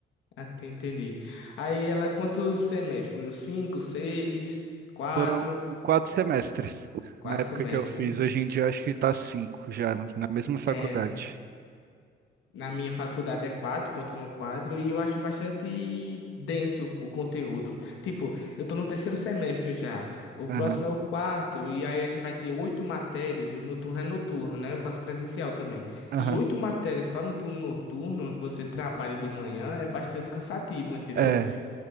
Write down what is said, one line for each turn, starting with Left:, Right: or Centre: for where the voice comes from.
Left: até entendi. Aí, ela, quantos semestres? Foram cinco, seis, quatro?
Right: Foram quatro semestres
Left: Quatro
Right: na época
Left: semestres,
Right: que eu fiz.
Left: né?
Right: Hoje em dia eu acho que tá cinco já, na mesma faculdade.
Left: É. Na minha faculdade é quatro, continua quatro, e eu acho bastante denso o conteúdo. Tipo, eu tô no terceiro semestre já, o
Right: Aham,
Left: próximo é o quarto, e aí a gente vai ter oito matérias, e o meu turno é noturno, né? Eu faço presencial também.
Right: aham.
Left: E oito matérias para um turno noturno, onde você trabalha de manhã, é bastante cansativo, entendeu?
Right: É,